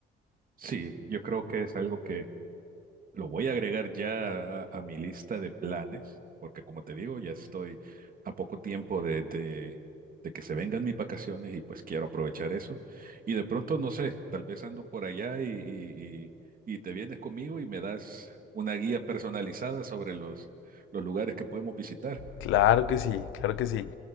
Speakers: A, on the right; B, on the left.
A: Sí, yo creo que es algo que lo voy a agregar ya a, a mi lista de planes, porque como te digo, ya estoy a poco tiempo de, de, de que se vengan mis vacaciones y pues quiero aprovechar eso. Y de pronto, no sé, tal vez ando por allá y, y, y- y te vienes conmigo y me das una guía personalizada sobre los, los lugares que podemos visitar.
B: Claro que sí, claro que sí.